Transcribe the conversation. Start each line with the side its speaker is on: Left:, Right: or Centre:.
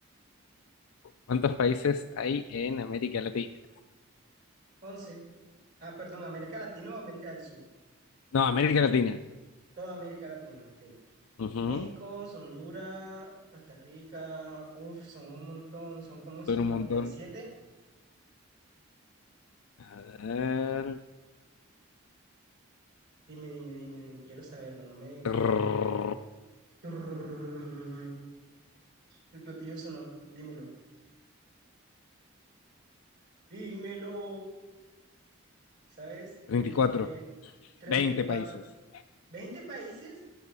Left: cuántos países hay en América Latina?
Right: Once. Ah, perdón, América Latina o América del Sur.
Left: No, América Latina.
Right: Toda América Latina, ok.
Left: Ujú,
Right: México, Honduras, Costa Rica, uff, son un montón, son como cincuenta
Left: son un montón.
Right: y siete.
Left: A ver.
Right: Dime, dime, dime, dime, quiero saberlo, no me dejes.
Left: trrr,
Right: Turrrrrr. El platillo sonó, dímelo, dímelo. ¿Sabes?
Left: 34.
Right: Es que treinta
Left: 20
Right: y cuatro,
Left: países.
Right: veinte países,